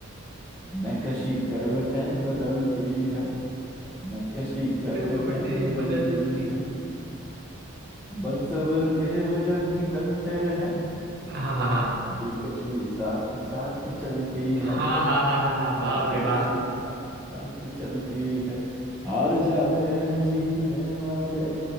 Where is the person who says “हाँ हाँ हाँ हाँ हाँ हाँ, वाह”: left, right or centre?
Right